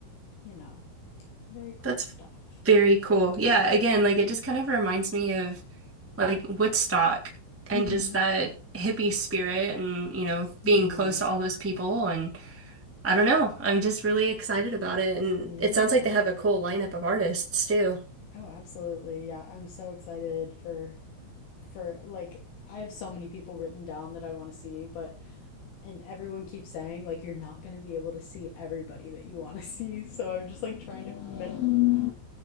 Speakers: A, on the left; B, in the centre.
A: you know, very cool
B: That's
A: stuff.
B: very cool. Yeah, again, like it just kind of reminds me of like Woodstock and
A: Mm-hmm.
B: just that hippie spirit and, you know, being
A: Hmm.
B: close to all those people. And I don't know, I'm just really excited about it. And
A: yeah.
B: it sounds like they have a cool lineup of artists too. <laughs>
A: Oh, absolutely. Yeah, I'm so excited for for like I have so many people written down that I want to see, but and everyone keeps saying like you're not going to be able to see everybody that you want to <laughs> see. So I'm just like trying to men-